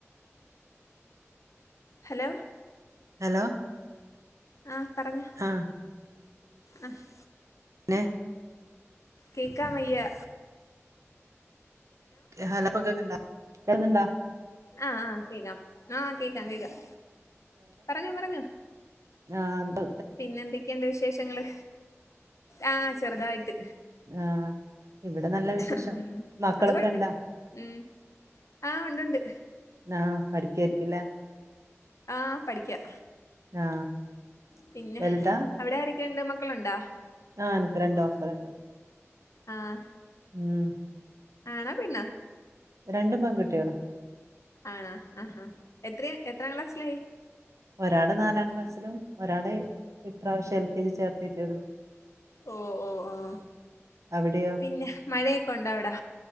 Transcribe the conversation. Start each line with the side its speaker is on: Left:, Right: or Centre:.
Left: Hello.
Right: Hello.
Left: ആഹ പറഞ്ഞോ.
Right: ആ.
Left: ആ ഹ്
Right: പിന്നേ.
Left: കേക്കാംവെയ്യ.
Right: ഹലോ പ്പ കേക്ക്ന്ന്ണ്ടാ കേക്കുന്നുണ്ടാ.
Left: ആഹ ആഹ കേക്കാം ആഹ് കേക്കാം കേക്കാം പറഞ്ഞോ പറഞ്ഞോ.
Right: ആൻണ്ട്.
Left: പിന്നെ എന്തൊക്കെയണ്ട് വിശേഷങ്ങള് ആ ചെറുതായിട്ട്.
Right: ആഹ് ഇവിടെ നല്ലവിശേഷം
Left: ഉം
Right: മക്കളൊക്കെണ്ടാ.
Left: അത് കൊഴപ്പില്ല ഉം ആഹ്.. ഉണ്ട് ണ്ട്.
Right: ആഹ് പഠിക്കായിരിക്കുല്ലേ?
Left: ആഹ് പഠിക്കാ.
Right: ആ
Left: പിന്നെ,
Right: വലുതാ
Left: അവിടെ ആരെക്കെണ്ട് മക്കളുണ്ടാ.
Right: ആഹ് അൻക്ക് രണ്ട് മക്കളുണ്ട്.
Left: ആഹ്.
Right: ഉം
Left: ആണോ പെണ്ണോ.
Right: രണ്ടും പെൺകുട്ടൃളാ.
Left: ആണോ അഹാ എത്രയാ എത്രാം ക്ലാസ്സിലായി.
Right: ഒരാള് നാലാം ക്ലാസിലും ഒരാള് ഇപ്രാവശ്യം എൽ. കെ. ജി. ചേർത്തീട്ടെള്ളൂ.
Left: ഓ, ഓ, ആഹ്.
Right: അവിടെയോ
Left: പിന്നെ മഴയൊക്കെണ്ടാ അവ്ടാ.